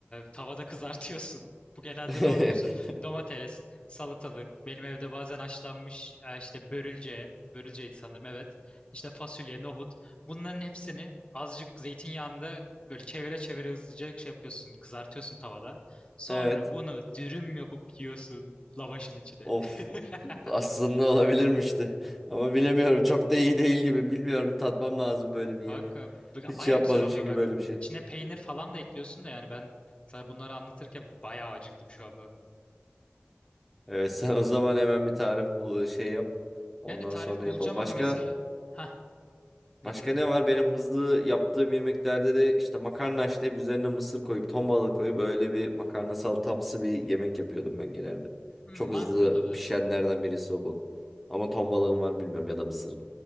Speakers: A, on the left; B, in the centre.
A: tavada kızartıyorsun. Bu genelde
B: <laughs>
A: ne olur biliyorsun? Domates, salatalık, benim evde bazen haşlanmış e, işte börülce, börülceydi sanırım evet. İşte fasulye, nohut. Bunların hepsini azıcık zeytinyağında böyle çevire çevire hızlıca şey yapıyorsun, kızartıyorsun tavada. Sonra
B: Evet.
A: bunu dürüm yapıp yiyorsun lavaşın içine.
B: Of
A: <laughs>
B: aslında olabilirmişti. Ama bilemiyorum çok da iyi değil gibi bilmiyorum bir tatmam lazım böyle bir
A: Kanka
B: yemeği.
A: b-
B: Hiç
A: baya
B: yapmadım
A: güzel oluyor
B: çünkü
A: bak.
B: böyle bir şey.
A: İçine peynir falan da ekliyorsun da yani ben sana bunları anlatırken bayağı acıktım şu anda.
B: Evet <laughs> sen o zaman hemen bir tarif bul şey yap. Ondan
A: Yani tarif
B: sonra
A: bulacağım
B: yapalım. Başka
A: ama mesela... ha ne
B: başka
A: diyordun?
B: ne var? Benim hızlı yaptığım yemeklerde de işte makarna haşlayıp üzerine mısır koyup ton balığı koyup öyle bir makarna salatamsı bir yemek yapıyordum ben genelde.
A: Hmm,
B: Çok
A: makul
B: hızlı
A: olabilir.
B: pişenlerden birisi o bu. Ama ton balığın var mı bilmiyorum ya da mısırın.